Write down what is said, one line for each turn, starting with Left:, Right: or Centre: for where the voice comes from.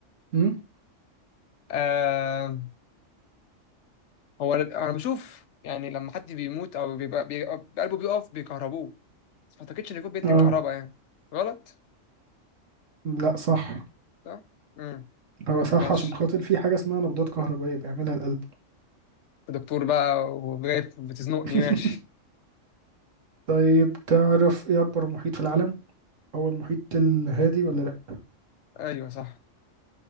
Right: امم
Left: آه هو انا بشوف يعني لما حد بيموت او بيبقى, بيبقى قلبه بيقف بيكهربوه بس ما اعتقدش ان يكون بينتج
Right: اه
Left: كهرباء يعني غلط
Right: لا صح
Left: صح امم
Right: هو صح
Left: ماشي
Right: عشان خاطر في حاجة اسمها نبضات كهربائية بيعملها القلب
Left: أنت دكتور بقى وجايب بتزنقني
Right: <laughs>
Left: ماشي
Right: طيب تعرف ايه أكبر محيط في العالم؟ هو المحيط الهادي ولا لأ؟
Left: ايوه صح